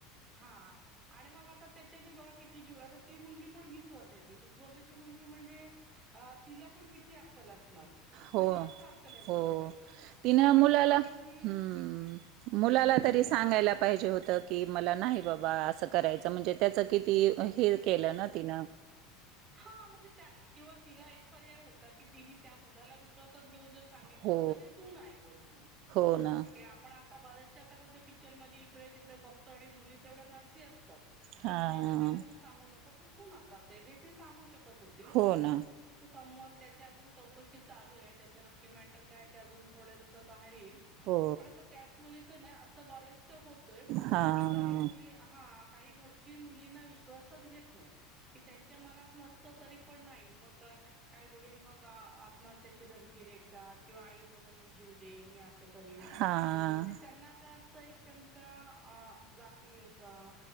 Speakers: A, on the right; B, on the right.
A: हा. आणि मग आता त्याच्यानी बघा किती ज आता ती मुलगी पण वीस वर्षाची वीस वर्षाची मुलगी म्हणजे. अ तिला पण किती अक्कल असणार? किंवा
B: हो
A: जास्त अक्कल आहे बोललं
B: हो
A: पाहिजे
B: तिन
A: पण ह्या
B: मुलाला
A: मुली
B: हम्म मुलाला
A: एवढ्या
B: तरी सांगायला
A: ज्या
B: पाहिजे होतं. कि मला नाही बाबा असं करायचं म्हणजे त्याच किती हे केलं ना तिन.
A: हा म्हणजे त्या किंवा तिला एक पर्याय होत कि तिने त्या मुलाला विश्वासात घेऊन जर सांगितलं
B: हो
A: असत की तू नाही बोल म्हणून.
B: हो ना
A: पण आता बऱ्याचशा आता कस पिक्चर इकडे तिकडे बघतो आणि मुली तेवढ्या धाडची असतात.
B: हां
A: कि माझ्या घरच्यांना तू सांगू नको पण तू नकार दे हे ती सांगू शकत होती.
B: हो ना
A: तर समवन त्याच्या अजून चौकशी चालू आहे त्याचं नक्की मॅटर काय ते अजून थोड्या दिवसात बाहेर येईल. पण
B: हो
A: आता त्याच मुलीच नाय असं बरच होतय
B: हां
A: की काही मुली हा काही घरची मुलींना विश्वासात घेत नाही. कि त्यांच्या मनात नसत तरी पण नाही मग काही वडील मग आत्महत्याची धमकी देखतात किंवा आई बोलणार मी जीव देईन मी असं करीन.
B: हां
A: पुण्या म्हणजे त्यांना काय असतं एक त्यांच्या अ जातीचा